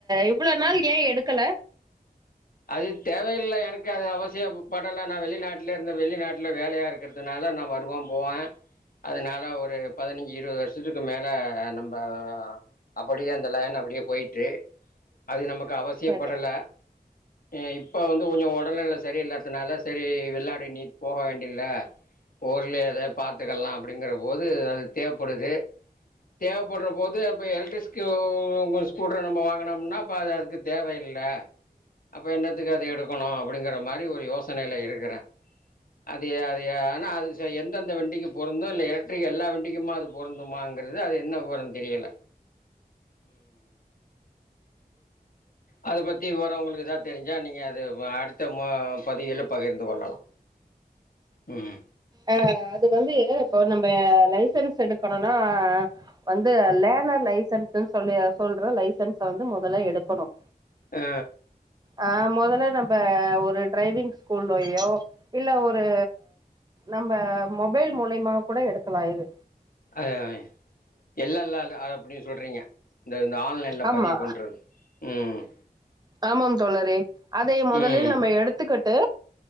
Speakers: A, on the right; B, on the left.
A: இவ்ளோ நாள் ஏன் எடுக்கல
B: அது தேவையில்ல எனக்கு அது அவசியம் படல நான் வெளிநாட்டுல இருந்து வெளிநாட்டுல வேலையா இருக்கு றதுனால நான் வருவேன் போவேன் அதனால ஒரு பதினைஞ்சு இருபது வருஷம் வருஷத்துக்கு மேல நம்ம அப்டியே அந்த லைன்ல அப்டியே போயிட்டு அது நமக்கு அவசியப்படல
A: சரி
B: ஆ இப்ப வந்து கொஞ்சம் உடல்நில சரியில்ல சொன்னதனால செரி வெளிநாடு நீ போக வேண்டியதல்ல ஊருலயே அத பாத்துக்கலாம் அப்டிங்கிற போது அது தேவைப்படுது தேவைப்படும்போது அப்போ எலக்ட்ரிக் ஸ்கூட்ரை நம்ம வாங்கினோம்னா அப்போ அது அதுக்கு தேவையில்ல அப்ப என்னத்துக்கு அதை எடுக்கணும் அப்டிங்கற மாதிரி ஒரு யோசனையில இருக்கறேன் அது அது ஆனா அது எந்தந்த வண்டிக்கு போறு இந்த எலக்ட்ரிக் எல்லா வண்டிக்குமா அது பொருந்துமாங்கறது அது என்ன வெவரம் தெரில அதை பத்தி விவரம் உங்களுக்கு ஏதா தெரிஞ்சா நீங்கள் அது அடுத்த பதிவில் பகிர்ந்து கொள்ளலாம் ம்
A: ஆ அது வந்து இப்போ நம்ம லைசன்ஸ் எடுக்கணும்னா வந்து லேனர் லைசன்ஸ்ன்னு சொல்லி சொல்ற லைசன்ஸ் வந்து முதல்ல எடுக்கணும்
B: ஆ
A: ஆ முதல்ல நம்ப ஒரு டிரைவிங் ஸ்கூல்லயோ இல்ல ஒரு நம்ம மொபைல் மூலியமா கூட எடுக்கலா இது
B: அதே அதே எல் எல் ஆர் அப்டி சொல்றீங்க இந்த இந்த ஆன்லைன்ல
A: ஆமா
B: பதிவு பண்றது ம்
A: ஆமாம் தோழரே அதை முதலில்
B: ம்
A: எடுத்துக்கிட்டு